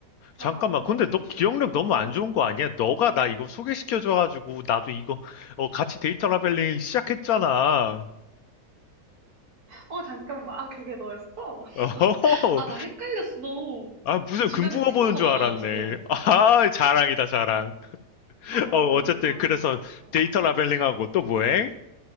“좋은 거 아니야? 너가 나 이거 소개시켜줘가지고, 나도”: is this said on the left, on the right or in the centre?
Left